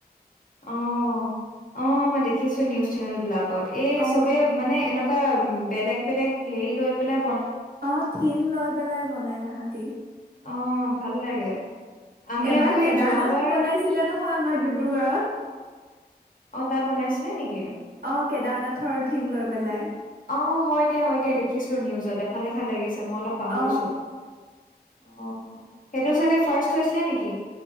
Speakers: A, on the left; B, on the right.
A: অ', অ', দেখিছো নিউজ চেনেল বিলাক। ত এই
B: অ
A: চবে মানে এনেকুৱা বেলেগ বেলেগ হেৰি লৈ পেলাই
B: অ', থিম লৈ পেলাই বনাই তাহাঁতি।
A: অ', ভাল লাগে। আমি
B: এবাৰ
A: আকৌ
B: কেদাৰনাথ
A: এই যোৱাবাৰ
B: বনাইছিলে নহয়। হয় আমাৰ ডিব্ৰুগড়ত।
A: অ', তাত বনাইছিলে নেকি?
B: অ', কেদাৰনাথৰ থিম লৈ পেলাই।
A: অ', হয় দিয়া হয় দিয় দেখিছিলোঁ নিউজত দেখা দেখা লাগিছে। মই অলপ পাহৰিছোঁ।
B: অ
A: অ' সেইটো চাগে ফাৰ্ষ্ট হৈছিলে নেকি?